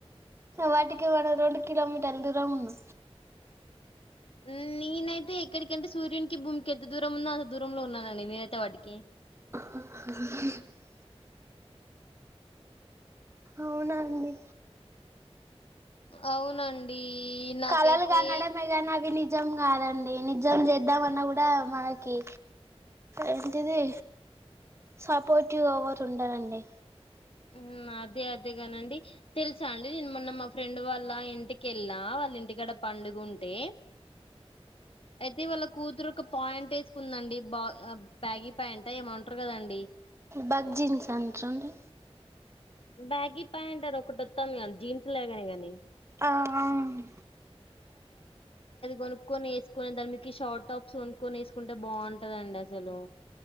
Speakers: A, on the right; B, on the left.
A: వాటికి మనం రెండు కిలోమీటర్ల దూరం ఉంగ్
B: <unintelligible> ఉమ్ నేనైతే ఎక్కడికంటే సూర్యునికి భూమికి ఎంత దూరం ఉన్నో అంత దూరంలో ఉన్నానండి నేనైతే వాటికి <unintelligible>
A: <unintelligible> అవునండి
B: అవునండి నాకైతే
A: కాలలు కనడమే గని అవి ని నిజం గాదండి నిజం చేద్దామన్నా కూడా మనకి ఏంటిది సపోర్టివ్ ఎవర్ ఉండరండి
B: ఉమ్ అదే అదేగానండి తెలుసా అండి నేన్ మొన్న మా ఫ్రెండ్ వాళ్ళ ఇంటికెళ్ళా వాళ్ళ ఇంటికాడ పండుగుంటే అయితే వాళ్ళక్ కూతురు ఒక పాయింట్ ఎసుకుందండి బా బ్యాగి పాయింట ఏమంటారు కదం
A: బగ్ జీన్స్ అంట్రాండి
B: బ్యాగి ప్యాంట్ అనొకటత్తంగా జీన్స్లగానే గని
A: ఆ అవును
B: కొనుకొనెసుకొని దాన్ మీకి షార్ట్ టాప్స్ కొనుక్కొని ఎసుకుంటే బాగుంటదండి అసలు